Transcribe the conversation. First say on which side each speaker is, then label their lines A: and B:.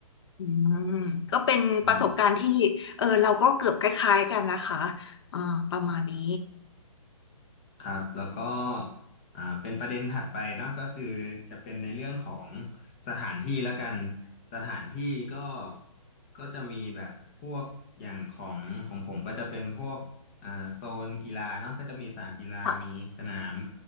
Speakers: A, on the left (about 50°); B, on the left (about 20°).
A: อืมก็เป็นประสบการณ์ที่เออเราก็เกือบคล้ายๆกันนะคะ
B: อืม
A: อ่าประมาณนี้
B: ครับแล้วก็อ่าเป็นประเด็นถัดไปเนาะก็คือจะเป็นในเรื่องของสถานที่แล้วกันสถานที่ก็ก็จะมีแบบพวกอย่างของของผมก็จะเป็นพวกอ่าโซนกีฬาเนาะก็จะมีสนามกีฬามีสนาม
A: ค่ะ